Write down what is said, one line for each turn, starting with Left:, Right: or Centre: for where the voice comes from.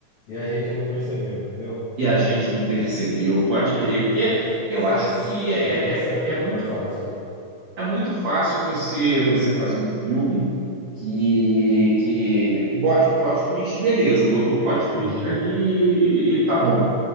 Left: e a gente não percebeu, entendeu?
Right: E a gente não percebeu, pode crer, porque
Left: Aí,
Right: eu
Left: se
Right: acho
Left: as-
Right: que é,
Left: aí
Right: é,
Left: dessa.
Right: é é muito
Left: Pode falar, desculpa.
Right: É muito fácil você você fazer um filme que que bote um plot twist, beleza, botou o plot twist
Left: Uhum.
Right: ali e tá bom.